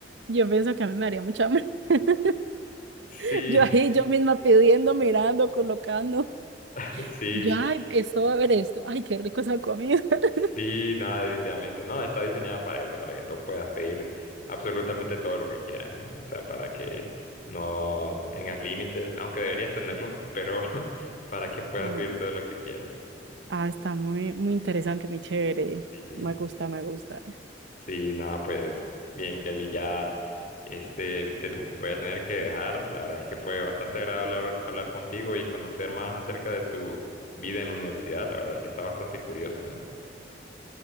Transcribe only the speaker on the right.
Yo pienso que a mí me haría mucha hambre. <laughs>
Yo ahí, yo misma pidiendo, mirando, colocando.
Y yo, ay, esto va a ver esto. Ay, qué rico esa comida. <laughs>
Oh,
ah, está muy, muy interesante, muy chévere.
Me gusta, me gusta.